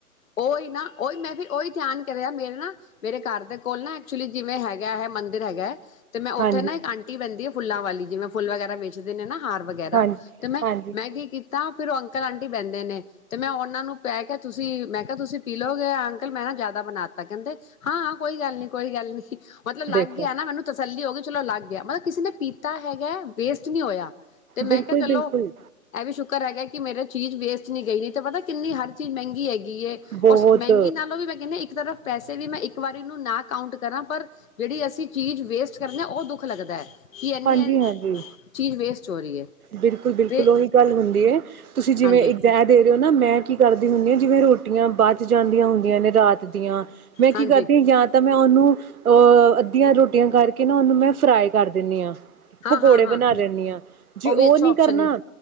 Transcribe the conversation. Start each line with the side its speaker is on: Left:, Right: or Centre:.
Left: ਉਹੀ ਨਾ ਉਹੀ ਮੈਂ ਫਿਰ ਉਹੀ ਧਿਆਨ ਕਰਿਆ ਮੇਰੇ ਨਾ ਮੇਰੇ ਘਰ ਦੇ ਕੋਲ ਨਾ ਐਕਚੁਲੀ ਜਿਵੇਂ ਹੈਗਾ ਹੈ, ਮੰਦਿਰ ਹੈਗਾ ਹੈ। ਤੇ ਮੈਂ
Right: ਹਾਂਜੀ,
Left: ਉੱਥੇ ਨਾ ਇੱਕ ਆਂਟੀ ਬੈਂਦੀ ਆ ਫੁੱਲਾਂ ਵਾਲੀ ਜਿਵੇਂ ਫੁੱਲ ਵਗੈਰਾ ਵੇਚਦੇ ਨੇ ਨਾ ਹਾਰ ਵਗੈਰਾ
Right: ਹਾਂਜੀ,
Left: ਤੇ ਮੈਂ
Right: ਹਾਂਜੀ
Left: ਮੈਂ ਕੀ ਕੀਤਾ ਫਿਰ ਉਹ ਅੰਕਲ ਆਂਟੀ ਬੰਦੇ ਨੇ ਤੇ ਮੈਂ ਉਹਨਾਂ ਨੂੰ ਪੈ ਕੇ ਤੁਸੀਂ ਮੈਂ ਤੁਸੀਂ ਪੀ ਲੋਗੇ ਅੰਕਲ ਮੈਂ ਨਾ ਜਿਆਦਾ ਬਣਾ ਤਾ ਕਹਿੰਦੇ ਹਾਂ-ਹਾਂ ਕੋਈ ਗੱਲ ਨੀ-ਕੋਈ ਗੱਲ ਨੀ। ਮਤਲਬ ਲੱਗ
Right: ਦੇਖੋ
Left: ਗਿਆ ਨਾ ਮੈਨੂੰ ਤਸੱਲੀ ਹੋ ਗਈ ਚਲੋ ਲੱਗ ਗਿਆ। ਮਤਲਬ ਕਿਸੇ ਨੇ ਪੀਤਾ ਹੈਗਾ ਵੇਸਟ ਨਹੀਂ ਹੋਇਆ। ਤੇ ਮੈਂ
Right: ਬਿਲਕੁਲ-ਬਿਲਕੁਲ
Left: ਕਿਹਾ ਚਲੋ ਇਹ ਵੀ ਸ਼ੁਕ ਹੈਗਾ ਕਿ ਮੇਰੇ ਚੀਜ਼ ਵੇਸਟ ਨਹੀ ਗਈ ਨੀ ਤੇ ਪਤਾ ਕਿੰਨੀ ਹਰ ਚੀਜ਼ ਮਹਿੰਗੀ ਹੈਗੀ ਹੈ।
Right: ਬਹੁਤ
Left: ਉਸ ਮਹਿੰਗੀ ਨਾਲੋਂ ਵੀ ਮੈਂ ਕਹਿੰਦੀ ਇੱਕ ਤਰਫ ਪੈਸੇ ਵੀ ਮੈਂ ਇੱਕ ਵਾਰੀ ਨੂੰ ਨਾ ਕਾਉਂਟ ਕਰਾਂ ਪਰ, ਜਿਹੜੀ ਅਸੀਂ ਚੀਜ਼ ਵੇਸਟ ਕਰਨੀ ਨਾ ਉਹ ਦੁੱਖ ਲੱਗਦਾ। ਕਿ ਇੰਨੀ
Right: ਹਾਂਜੀ-ਹਾਂਜੀ।
Left: ਚੀਜ਼ ਵੇਸਟ ਹੋ ਰਹੀ ਹੈ
Right: ਬਿਲਕੁਲ-ਬਿਲਕੁਲ
Left: ਤੇ
Right: ਉਹੀ ਗੱਲ ਹੁੰਦੀ ਹੈ, ਤੁਸੀਂ ਜਿਵੇਂ
Left: ਹਾਂਜੀ
Right: ਇਗਜ਼ੈ ਦੇ ਰਹੇ ਹੋ ਨਾ ਮੈਂ ਕੀ ਕਰ ਦੀ ਹੁੰਨੀ ਆ ਜਿਵੇਂ ਰੋਟੀਆਂ ਬਚ ਜਾਂਦੀਆਂ ਹੁੰਦੀਆਂ ਨੇ ਰਾਤ ਦੀਆਂ ਮੈਂ ਕੀ
Left: ਹਾਂਜੀ
Right: ਕਰਦੀ ਆ ਜਾਂ ਤਾਂ ਮੈਂ ਉਹਨੂੰ ਅੱਧੀਆਂ ਰੋਟੀਆਂ ਕਰਕੇ ਨਾ ਉਹਨੂੰ ਮੈਂ ਫਰਾਈ ਕਰ ਦਿੰਨੀ ਆ।
Left: ਹਾਂ
Right: ਪਕੌੜੇ
Left: ਹਾਂ ਹਾਂ
Right: ਬਣਾ ਲੈਂਨੀ ਆ। ਜੇ
Left: ਵੀ
Right: ਉਹ
Left: ਅੱਛਾ
Right: ਨੀ
Left: ਆਪਸ਼ਨ
Right: ਕਰਨਾ
Left: ਹੈ